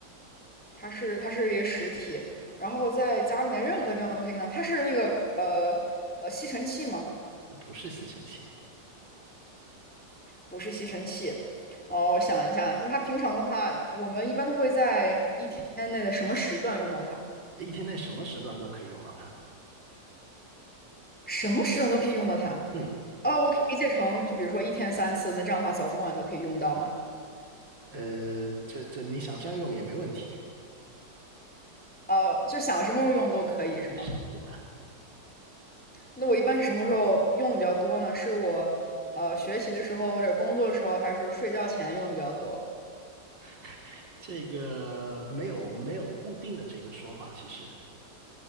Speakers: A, in the centre; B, on the right (about 85°).
A: 它是它是一个实体，然后在家里面任何地方都可以看到。它是那个呃呃吸尘器吗？
B: 它不是吸尘器，
A: 不是吸尘器。哦，我想一下，那它平常的话，我们一般都会在一天内的什么时段用到它？
B: 一天内什么时段都可以用到它。
A: 什么时段都可以用到它？
B: 嗯，
A: 哦，我可以理解成，就比如说一天三次，那这样的话早中晚都可以用到嘛？
B: 呃，这这你想象用也没问题。
A: 呃，就想什么时候用都可以是吗？
B: 是的。
A: 那我一般是什么时候用的比较多呢？是我呃学习的时候，或者工作的时候，还是说睡觉前用的比较多？
B: <laughs> 这个没有没有固定的这个说法，其实，